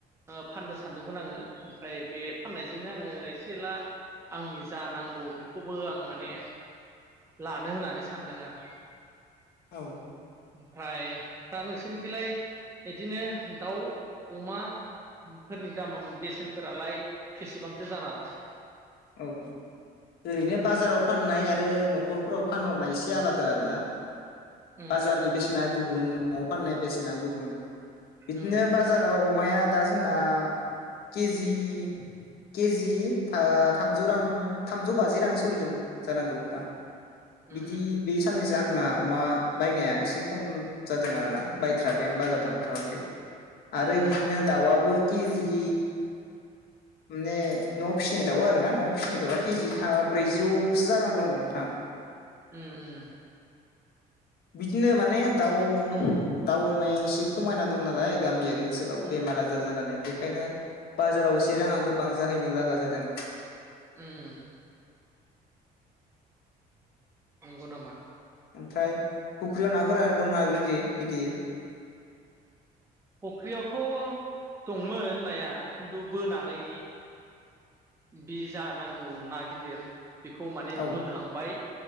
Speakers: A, on the right; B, on the left.
A: ओ फाननो सानदोंमोन आङो ओमफ्राय बे फाननायजोंनो आङो एसे एसै एला आंनि जा नांगौ बे खौबो आं माने लानो होननानै सानदों आरो
B: औ
A: ओमफ्राय दा नोंसोरनिखिलाय बिदिनो दाउ अमाफोरनि दाम बेसेनफोरालाय बेसेबांथो जाना दं?
B: औ ओरैनो बाजाराव फाननाय आरो नखरफोराव फानहरनाय एसे आलादा आरोना
A: उम
B: बाजारनि बेसेना गुबुन नआव फाननाय बेसेना गुबुन बिदिनो
A: उम
B: बाजाराव अमाया दा जोंना केजि केजि था थामजौ रां थामजौ बाजि रां सोलिदों। जानांगौ नोंथां बिदि
A: उम
B: बे साननैसो आंना अमा बायनाया एसे खम जादों आरोना बाय थ्राखै आं बाजाराव
A: उम
B: थांथाराखै आरो
A: उम
B: बिदिनो दाउआबो केजि ने नवाव फिसिनाय दाउआ आं ना न फिसिनाय दाउआ केजि
A: उम
B: थाम ब्रैजौ सो जानानै दं नोंथां।
A: उम उम।
B: बिदिनो माने दाउ दाउ अमाया एसे खमायना दं नालाय। गामियारि ओनसोलाव
A: उम
B: बेमार आजार जानानै। बेखायनो बाजाराव
A: उम
B: एसे राङा गोबां जाहैनो लागा जादों।
A: उम उम। नंगौनामा।
B: ओमफ्राय फुख्रियाव नाफोरा दंना गिदिर। गिदिर।
A: फख्रि आवथ' तत दंमोन नाया खिन्थु बोनानै बे जानां अ' ना गिदिर बेखौ माने
B: औ
A: बोखांबाय